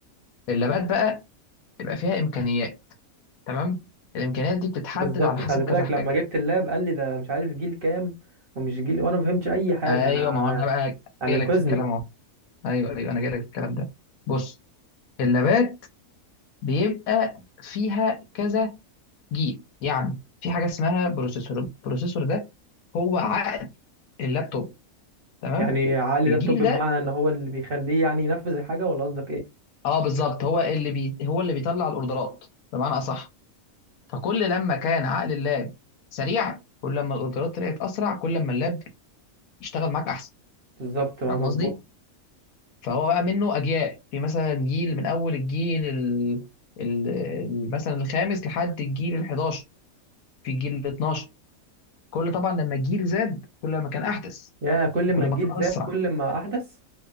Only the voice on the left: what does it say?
اللابات بقى يبقى فيها امكانيات تمام الامكانيات دي بتتحدد
على حسب
كذا حاجه
ايوه
ما هو انا بقى
جاي
لك في الكلام اهو ايوه ايوه انا جاي لك في الكلام ده بص اللابات بيبقى فيها كذا جيل يعني في حاجه اسمها بروسيسور البروسيسور ده هو عقل اللابتوب تمام
الجيل
ده
اه بالظبط هو اللي بي... هو اللي بيطلع الاوردرات بمعنى اصح فكل لما كان عقل اللاب سريع كل لما الاوردرات طلعت اسرع كل لما اللاب يشتغل معاك احسن
فاهم
قصدي فهو بقى منه اجيال في مثلا جيل من اول الجيل ال... ال... ال- مثلا الخامس لحد الجيل ال 11 في الجيل ال 12 كل طبعا لما الجيل زاد كل ما كان احدث
كل
ما كان
اسرع